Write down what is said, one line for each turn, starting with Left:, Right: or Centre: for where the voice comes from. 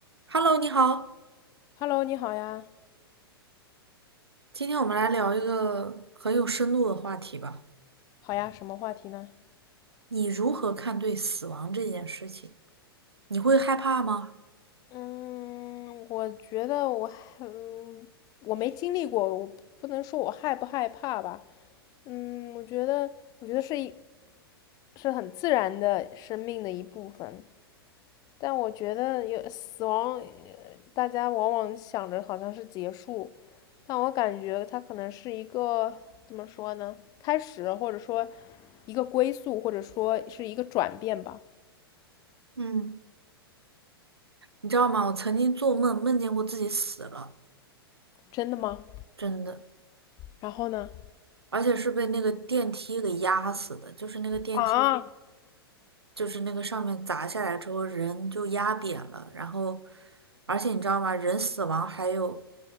Right: Hello，你好，
Left: Hello，你好呀，
Right: 今天我们来聊一个很有深度的话题吧。
Left: 好呀，什么话题呢？
Right: 你如何看对死亡这件事情？你会害怕吗？
Left: 嗯，我觉得我还，嗯我没经历过，我不能说我害不害怕吧。嗯，我觉得，我觉得是一，是很自然的生命的一部分。但我觉得有死亡，呃大家往往想着好像是结束，但我感觉它可能是一个，怎么说呢？开始，或者说一个归宿，或者说是一个转变吧。
Right: 嗯，你知道吗？我曾经做梦梦见过自己死了，
Left: 真的吗？
Right: 真的，
Left: 然后呢？
Right: 而且是被那个电梯给压死的，就是那个电梯，
Left: 啊，
Right: 就是那个上面砸下来之后，人就压扁了，然后，而且你知道吗？人死亡还有